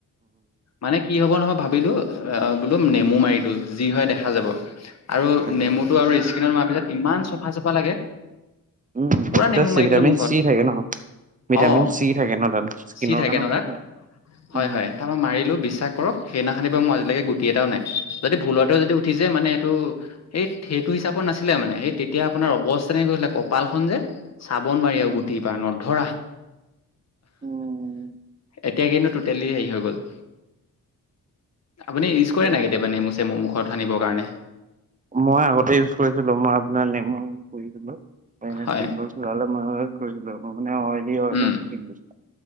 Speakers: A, on the left; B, on the right.
A: মানে কি হব নহব ভাবিলো অ', বোলো নেমু মাৰি দিয়ো যি হয় দেখা যাব। আৰু
B: উম,
A: নেমুটো আৰু স্কিনত মোৱাৰ পিছত ইমান চফা চাফা লাগে
B: উম,
A: পুৰা নেমু মাৰি
B: ভিটামিন
A: দিলো মুখত
B: চি থাকে ন। ভিটামিন
A: অ
B: চি থাকে ন, তাত স্কিনৰ
A: চি থাকে
B: কাৰণে
A: ন তাত
B: বহুত ভাল।
A: হয়,
B: উম,
A: হয় তাৰপৰা মাৰিলো বিশ্বাস কৰক সেইদিনাখনানি বাৰু মোৰ আজিলৈকে গুটি এটাও নাই যদি ভুলতেও যদি উঠিছে মানে এইটো এই সেইটো হিচাপত নাছিলে মানে সেই তেতিয়া আপোনাৰ অৱস্থা নে গৈছিলে কপালখনন যে চাবোন মাৰি
B: উম,
A: আৰু গুটি পৰা নধৰা
B: উম,
A: এতিয়া কিন্তু টুটেলি হেৰি হৈ গ'ল। আপুনি ইউজ কৰে
B: তা-
A: নাই কেতিয়াবা নেমুচেমু মোৰ মুখৰত সানিবৰ কাৰণে
B: মই আগতে ইউজ কৰিছিলো মই আপোনাৰ নেমু পুছিলো পিম্পলচ
A: হয়
B: ওলালে <unintelligible> মানে অইলি হয়
A: উম
B: ন স্কিনটো কিন্তু